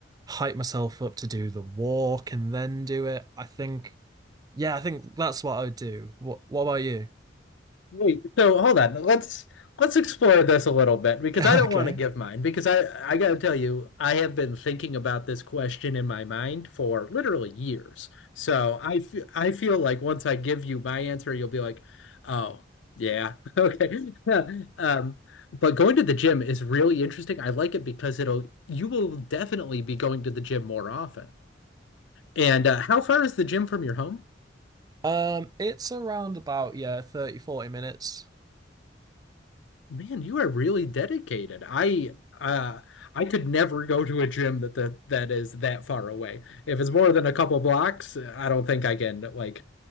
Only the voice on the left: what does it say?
Wait, so hold on. Let's let's explore this a little bit because
I don't
want to give mine because I I got to tell you I have been thinking about this question in my mind for literally years. So I f- I feel like once I give you my answer, you'll be like, oh yeah, <laughs> okay. <laughs> Um, but going to the gym is really interesting. I like it because it'll you will definitely be going to the gym more often. And uh, how far is the gym from your home?
Man, you are really dedicated. I uh, I could never go to a gym that that that is that far away. If it's more than a couple blocks, I don't think I can like